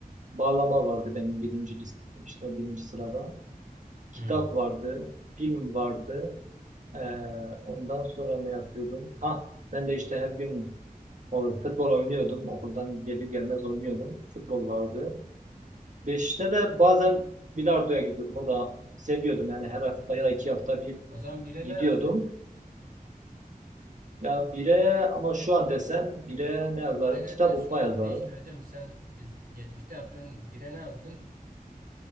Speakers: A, on the right; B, on the right.
A: Bağlama vardı benim birinci lis- işte birinci sırada. Kitap
B: Hmm.
A: vardı, film vardı. Ee, ondan sonra ne yapıyordum? Ha, ben de işte her gün o, futbol oynuyordum. Okuldan gelir gelmez oynuyordum. Futbol vardı. Beşte de bazen bilardoya gidiyordum. O da seviyordum. Yani her hafta ya iki hafta bir
B: O zaman bire
A: gidiyordum.
B: ne yazdık?
A: Ya bire ama şu an desem bire ne yazarım?
B: Hayır hayır
A: Kitap
B: ben şu
A: okuma
B: anda
A: yazarım.
B: değiştireceğim. Sen biz geçmişte yaptığın bire ne yazdın?